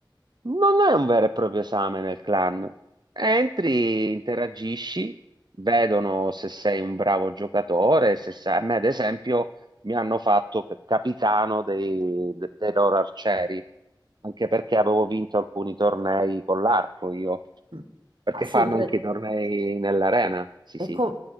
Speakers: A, on the right; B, on the right.
A: Non è un vero e proprio esame nel clan. Entri, interagisci, vedono se sei un bravo giocatore, se sai... A me, ad esempio, mi hanno fatto c- capitano dei, de- dei loro arcieri, anche perché avevo vinto alcuni tornei con l'arco io,
B: Mm.
A: perché
B: Ah, sempre.
A: fanno anche i tornei nell'arena. Sì,
B: E,
A: sì.
B: com-